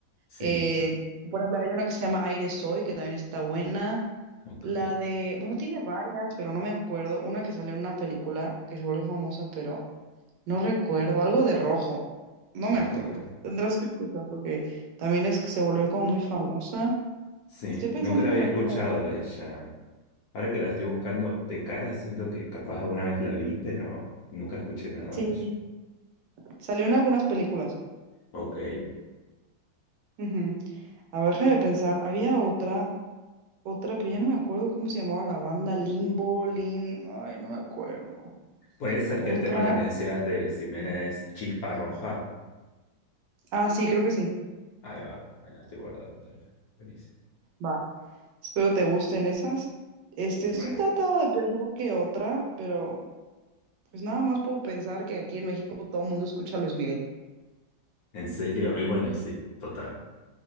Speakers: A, on the left (about 60°); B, on the right (about 70°).
A: Sí,
B: Eh, por ejemplo, hay una que se llama Aire Soy, que también está buena.
A: ok,
B: La de, bueno, tiene varias, pero no me acuerdo. Una que salió en una película que se volvió famosa, pero no recuerdo. Algo de rojo. No me
A: ok,
B: acuerdo.
A: ahora.
B: Tendrás que escuchar porque también es, se volvió como muy famosa.
A: Sí,
B: Estoy pensando
A: nunca la
B: como
A: había
B: en
A: escuchado
B: esa época.
A: a ella. Ahora que la estoy buscando de cara, siento que capaz alguna vez la vi, pero nunca escuché nada
B: Sí,
A: de ella.
B: salió en algunas películas.
A: Ok.
B: Ujú. A ver, de pensar. Había otra, otra, pero ya no me acuerdo cómo se llamaba la banda. Limbo, Lin. Ay, no me acuerdo.
A: Puede ser
B: Otra.
A: que el tema que me decías de Jimena es Chispa Roja.
B: Ah, sí, creo que sí.
A: Ahí va, me la estoy guardando también. Buenísimo.
B: Va. Espero te gusten esas. Este,
A: Re.
B: estoy tratando de pensar que otra, pero pues nada más puedo pensar que aquí en México todo el mundo escucha a Luis Miguel.
A: ¿En serio? Y bueno, y sí, total.